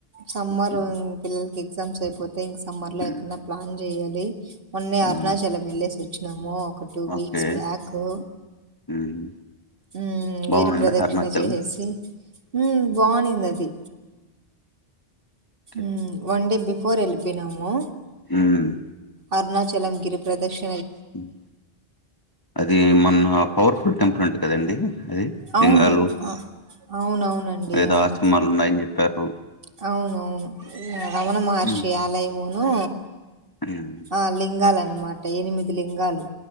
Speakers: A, on the right; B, on the left.
A: సమ్మర్న్
B: హ్మ్.
A: పిల్ల ఎగ్జామ్సైపోత్. తే ఇంక్ సమ్మర్ లో
B: హ్మ్.
A: ఎక్కన్న ప్లాన్ జెయ్యాలి. మొన్నే
B: హ్మ్.
A: అరుణాచలమెల్లేసొ. చ్చినాము ఒక టూ Weeks
B: ఓకే.
A: back.
B: హ్మ్.
A: ఉమ్
B: బావుందా
A: గిరి ప్రదక్షిణ
B: అరుణాచలం?
A: జేసేసి. ఉమ్ బాగున్నిందది.
B: ఓకే.
A: ఉమ్ వన్ డే బి ఫోరెల్లిపోయ్నాము.
B: ఉమ్
A: అర్ణాచలం గిరి ప్ర్రదష్.
B: ఉమ్ అది మన్వ పవర్ఫుల్ టెంపులంట కదండీ. అది లింగాలు
A: ఔను అ ఔనవునండి
B: ఏదో
A: అవును
B: ఆశ్రమాలు ఉన్నాయని జెప్పారు.
A: ఏదో ఆశ్రామాలున్నాయంట ఔను ఔను రమణ మహర్షి
B: హ్మ్.
A: ఆలయము. ఉ
B: హ్మ్.
A: ఆ లింగాల న్మాట ఎనిమిది లింగాలు.